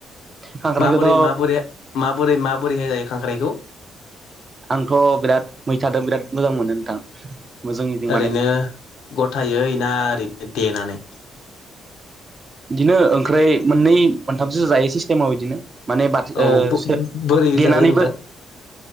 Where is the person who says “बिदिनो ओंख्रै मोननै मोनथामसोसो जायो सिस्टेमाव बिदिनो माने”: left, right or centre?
Right